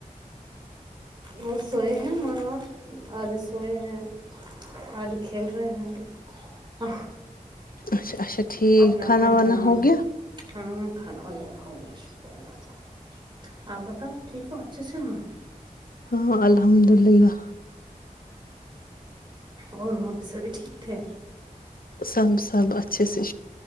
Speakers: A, on the right; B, on the left.
A: وہ سوئے ہیں منوپ آج سوئے ہیں آد کل رہے ہ
B: اچھا اچھا ٹھیک
A: اپنے اپنے
B: کھانا وانا
A: ہاں
B: ہو گیا
A: ہاں کھانا وغیرہ ہو گا شکر اللہ آپ بتاؤ ٹھیک اچھا ا سےا ہاں
B: ہاں الحمد للہ
A: اور وہاں پہ سبھی ٹھیک تھے
B: سب سب اچھا سےی